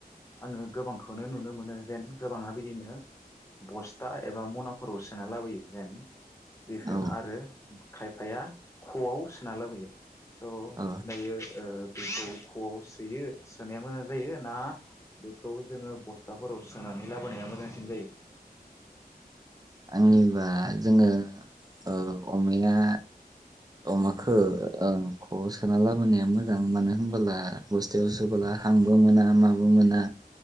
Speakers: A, on the left; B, on the right.
A: आंङो गोबांखौनो नुनो मोनो जेन गोबाङा बिदिनो बस्था एबा मनाफोराव सोना लाबोयो जेन बेखो
B: औ ओ
A: आरो खायफाया खआव सोना लाबोयो स
B: औ
A: दायो ओ बेखौ खवआव सोयो सोनाया मोजां जायो ना बेखौ जोंङो बस्थाफोराव सो नानै लाबोनाया मोजांसिन जायो
B: आंनिबा जोंङो ओ अमाया अमाखो ओ खआव सोना लाबोनाया मोजां मानो होनबोला बस्थायाव सोबोला हांबो मोना माबो मोना